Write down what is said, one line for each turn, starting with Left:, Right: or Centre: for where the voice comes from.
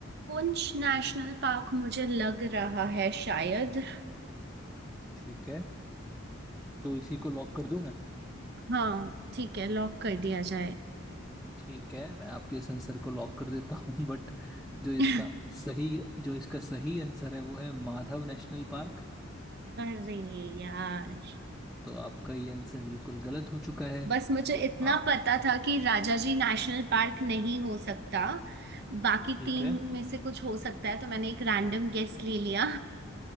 Right: पुंछ नेशनल पार्क मुझे लग रहा है शायद
Centre: ठीक है तो इसी को लॉक कर दूं मैं
Right: हाँ ठीक है लॉक कर दिया जाए
Centre: ठीक है मैं आपके इस आंसर को लॉक कर देता हूँ <laughs> बट जो इसका
Right: <laughs>
Centre: सही जो इसका सही आंसर है वो है माधव नेशनल पार्क
Right: अरे यार
Centre: तो आपका ये आंसर बिल्कुल गलत हो चुका है
Right: बस मुझे इतना
Centre: हाँ
Right: पता था कि राजाजी नेशनल पार्क नहीं हो सकता बाकी
Centre: ठीक
Right: तीन
Centre: है
Right: में से कुछ हो सकता है तो मैंने एक रैंडम गेस ले लिया